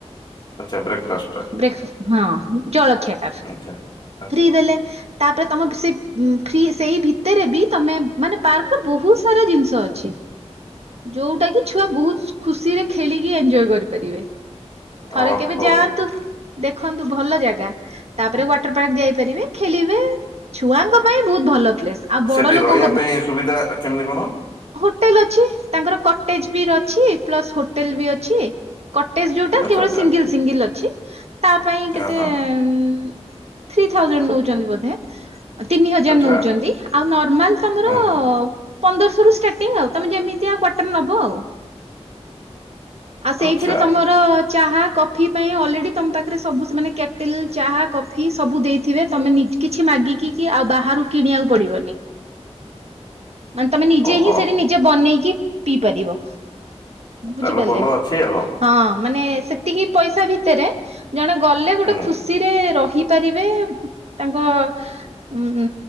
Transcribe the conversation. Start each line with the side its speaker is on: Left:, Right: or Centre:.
Left: ଆଚ୍ଛା ବ୍ରେକଫାଷ୍ଟ ଟା
Right: ବ୍ରେଖ୍ ହଁ ଜଳଖିଆଟା ଫ୍ରି
Left: ଆଚ୍ଛା। ଆଚ୍ଛା
Right: ଦେଲେ। ତାପରେ ତମ ସେଇ ଫ୍ରୀ ସେଇ ଭିତେରେ ବି ତମେ ମାନେ ପାର୍କ ର ବହୁତ ସାରା ଜିନିଷ ଅଛି। ଯୋଉଟା କି ଛୁଆ ବହୁତ ଖୁସିରେ ଖେଳିକି ଏଞ୍ଜଏ କରିପାରିବେ। ଥରେ
Left: ଓହୋ
Right: କେବେ ଯାଆନ୍ତୁ ଦେଖନ୍ତୁ ଭଲ ଜାଗା। ତାପରେ ୱାଟର ପାର୍କ ଯାଇପାରିବେ ଖେଳିବେ ଛୁଆଙ୍କ ପାଇଁ ବହୁତ ଭଲ ପ୍ଲେସ୍। ଆଉ ବଡ
Left: ସେଠି
Right: ଲୋକଙ୍କ
Left: ରହିବା ପାଇଁ ସୁବିଧା କେମିତି କଣ?
Right: ହୋଟେଲ ଅଛି ତାଙ୍କର କଟେଜ ବି ଅଛି ପ୍ଲସ ହୋଟେଲ ବି ଅଛି କ ଟେଜ ଯୋଉଟା
Left: ଆଚ୍ଛା
Right: କେବଳ
Left: ଆଚ୍ଛା
Right: ସିଙ୍ଗଲ ସିଙ୍ଗଲ ଅଛି ତା ପାଇଁ କେତେ
Left: ଅ ହଁ
Right: ଉଁ ଥ୍ରୀ ଥାଉଜେଣ୍ଡ ନୋଉଚନ୍ତି ବୋଧେ ତିନି ହଜାର
Left: ଆଚ୍ଛା
Right: ନୋଉଚନ୍ତି ଆଉ ନର୍ମାଲ ତମର
Left: ହୁଁ
Right: ଅ
Left: ହୁଁ
Right: ପନ୍ଦରଶହ ରୁ ଷ୍ଟାର୍ଟିଂ ଆଉ ତମେ ଯେମିତିଆ କ୍ୱାଟର ନବ ଆଉ। ଆଉ ସେଇଥିରେ
Left: ଆଚ୍ଛା
Right: ତମର ଚାହା କଫି ପାଇଁ ଅଲରେଡି ତମ ପାଖରେ ସବୁ ସେମାନେ କେଟିଲ ଚାହା କଫି ସବୁ ଦେଇଥିବେ ତମେ ନି କିଛି ମାଗିକ କି ଆଉ ବାହାରୁ କିଣିବାକୁ ପଡିବନି। ମାନେ ତମେ ନିଜେ
Left: ଓହୋ
Right: ହିଁ ସେଇଠି ନିଜେ ବନେଇକି ପିଇପାରିବ। ବୁଝିପାରିଲେ।
Left: ତାହେଲେ ଭଲ ଅଛି ଆଉ।
Right: ହଁ ମାନେ ସେତିକି ପଇସା ଭିତରେ ଜଣେ ଗଲେ ଗୋଟେ
Left: ହୁଁ
Right: ଖୁ ସିରେ ରହିପାରିବେ ତାଙ୍କ ଉଁ